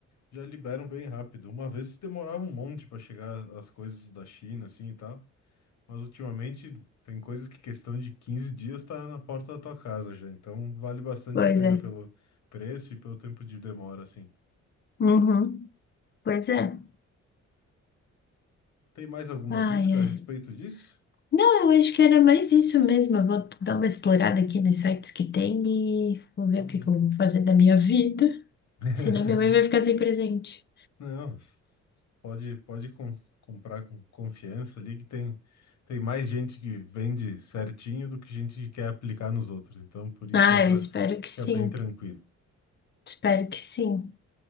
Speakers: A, on the left; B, on the left.
A: já liberam bem rápido. Uma vez demorava um monte para chegar as coisas da China, assim e tal, mas ultimamente tem coisas que questão de 15 dias está na porta da tua casa já, então vale bastante
B: pois
A: a pena
B: é,
A: pelo preço e pelo tempo de demora, assim.
B: uhum, pois é.
A: Tem mais alguma
B: Ai,
A: dúvida
B: ai.
A: a respeito disso?
B: Não, eu acho que era mais isso mesmo. Eu vou dar uma explorada aqui nos sites que tem e vou ver
A: Uhum.
B: o que que eu vou fazer da minha vida.
A: <laughs>
B: Senão minha mãe vai ficar sem presente.
A: Não, s- pode, pode com- comprar com confiança ali que tem, tem mais gente que vende certinho do que gente que quer aplicar nos outros. Então, por isso
B: Ah,
A: dá para
B: eu espero que
A: ficar
B: sim.
A: bem tranquilo.
B: Espero que sim.